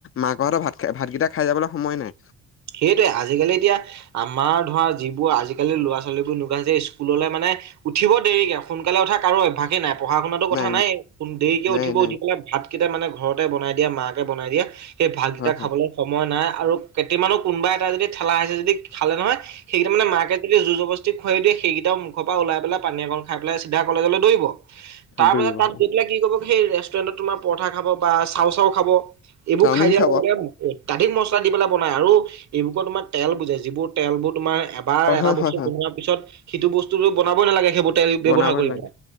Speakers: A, on the left; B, on the right.
A: মাকহঁতৰ ভাত খ ভাতকেইটা খাই যাবলৈ সময় নাই।
B: সেইটোৱে আজিকালি এতিয়া আমাৰ ধৰা যিবোৰ আজিকালি ল'ৰা ছোৱালীবোৰ এনেকুৱাই যে স্কুললৈ মানে উঠিব দেৰিকে সোনকালে উঠা কাৰো অভ্যাসে নাই। পঢ়া শুনাতো কথাই
A: নাই
B: দেৰিকে
A: নাই
B: উঠিব
A: নাই
B: উঠি পেলাই ভাতকেইটা মানে ঘৰতে বনাই দিয়া মাকে বনাই দিয়া সেই ভাতকেইটা
A: হয় হয়
B: খাবলে সময় নাই আৰু কেইটামানো কোনোবা এটা যদি ঠেলা হেঁচাই যদি খালে নহয় সেই মানে মাকে যোৰ যবদস্তি। যি খুৱাই দিয়ে সেইকেইটাও মুখৰ পৰা ওলাই পেলায় পানী অকন খাই পেলায় কলেজলৈ দৌৰিব। তাৰ
A: দৌৰিব
B: পাছত তাত
A: হয়
B: তেতিয়া কি কৰিব সেই ৰেষ্টুৰেণ্টত তোমাৰ পৰঠা খাব বা চাউ চাওঁ খাব। এইবোৰ
A: চাওমিন
B: খাই দিয়াৰ
A: খাব
B: লগে লগে অত্যাধিক মছলা দি পেলায় বনাই আৰু এইবোৰ তোমাৰ তেল বুজায় যিবোৰ তেলবোৰ তোমাৰ এবাৰ
A: হয়
B: এটা
A: হয়
B: বস্তু
A: হয় হয়
B: বনোৱাৰ পিছত সিটো বস্তু বনাবই নালাগে সেইবোৰ তেল ব্যৱহাৰ
A: বনাব
B: কৰি
A: নালাগে
B: পেলাই